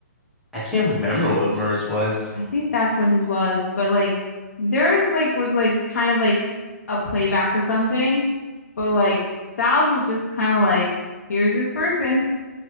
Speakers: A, in the centre; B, on the left.
A: I can't remember what MERS was.
B: I think that's what his was, but like theirs like was like kind of like a playback to something, but like Sal's was just kind of like, here's this person,